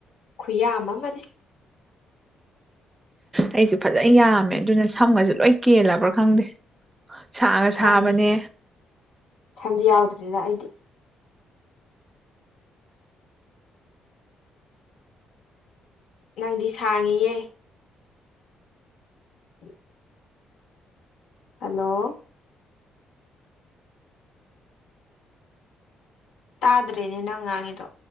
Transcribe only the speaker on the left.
ꯈꯨꯌꯥꯝ ꯑꯃꯅꯤꯅꯦ
ꯁꯝꯗꯤ ꯁꯝꯗꯤ ꯌꯥꯎꯗ꯭ꯔꯦꯗ ꯑꯩꯗꯤ ꯅꯪꯗꯤ ꯁꯥꯡꯉꯤꯌꯦ <inaudible> ꯍꯜꯂꯣ ꯇꯥꯗ꯭ꯔꯦꯅꯦ ꯅꯪ ꯉꯥꯡꯉꯤꯗꯣ